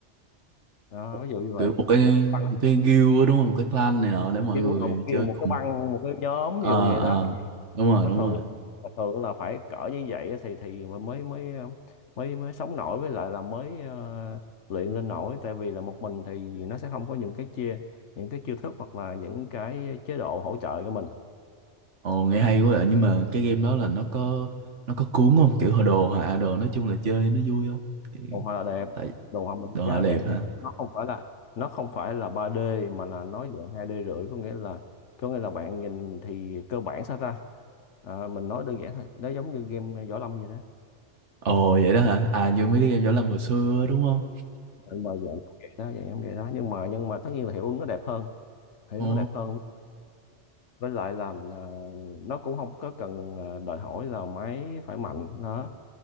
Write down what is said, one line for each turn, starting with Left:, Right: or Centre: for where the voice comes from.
Left: đó.
Right: một-
Left: ví dụ như vậy
Right: kiểu một cái
Left: một băng
Right: một cái guild á, đúng không một cái clan này nọ để mọi
Left: kêu
Right: người
Left: là một kêu
Right: chơi
Left: một
Right: cùng
Left: cái băng một cái nhóm
Right: ờ
Left: ví dụ vậy
Right: ờ
Left: đó
Right: đúng rồi
Left: có
Right: đúng
Left: thường
Right: rồi
Left: và thường là phải cỡ như vậy á thì thì mà mới mới ờ, mới mới sống nổi với lại là mới ờ, luyện lên nổi tại vì là một mình thì nó sẽ không có những cái chia những cái chiêu thức hoặc là những cái chế độ hỗ trợ cho mình
Right: ồ nghe hay quá vậy nhưng mà cái game đó là nó có nó có cuốn không kiểu hồi đồ họa đồ nói chung là chơi nó vui không Kiểu-
Left: đồ họa là đẹp
Right: tại
Left: đồ họa mình
Right: đồ
Left: rất
Right: họa
Left: là
Right: đẹp
Left: đẹp
Right: hả
Left: nha nó không phải là nó không phải là ba d mà là nó dạng hai d rưỡi có nghĩa là có nghĩa là bạn nhìn thì cơ bản sao ta À, mình nói đơn giản thôi nó giống như game võ lâm vậy đó
Right: ồ vậy đó hả à như mấy cái game võ lâm hồi xưa á, đúng không
Left: Mình mà dạng giống vậy đó dạng giống vậy đó nhưng mà nhưng mà tất nhiên là hiệu ứng nó đẹp hơn thấy
Right: ồ
Left: nó đẹp hơn với lại là ờ, nó cũng không có cần ờ, đòi hỏi là máy phải mạnh đó